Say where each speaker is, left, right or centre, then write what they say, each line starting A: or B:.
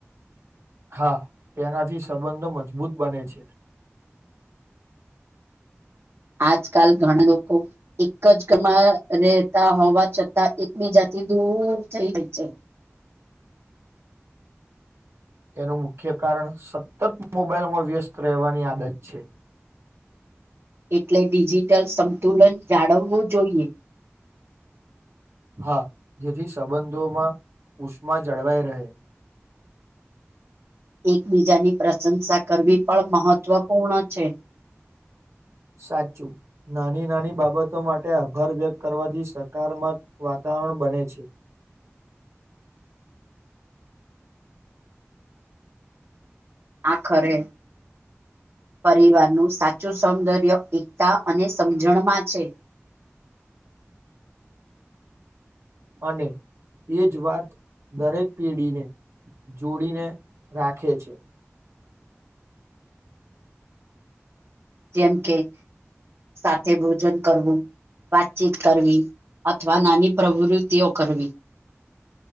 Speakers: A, on the right; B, on the right.
A: હા તેનાથી સંબંધો મજબૂત બને છે
B: આજકાલ ઘણા લોકો એક જ કમા રહેતા હોવા છતાં એકબીજા એ દૂર થઈ જાય છે
A: તેનું મુખ્ય કારણ સતત મોબાઈલમાં વ્યસ્ત રહેવાની આદત છે
B: એટલે ડિજિટલ સંતુલન જાળવવું જોઈએ
A: હા જેથી સંબંધોમાં ઉષ્મા જળવાઈ રહે
B: <inaudible> એકબીજાની પ્રશંસા કરવી પણ મહત્વપૂર્ણ છે
A: સાચું નાની નાની બાબતો માટે આભાર વ્યક્ત કરવાથી સકારત્મક વાતાણ ણ બને છે
B: <inaudible> આખરે પરિવારનું સાચું સૌંદર્ય એકતા અને સમજણમાં છે
A: અને એ જ વાત દરેક પેઢીને જોડીને રાખે છે
B: જેમ કે સાથે ભોજન કરવું વાતચીત કરવી અથવા નાની પ્રવૃતિઓ કરવી <inaudible>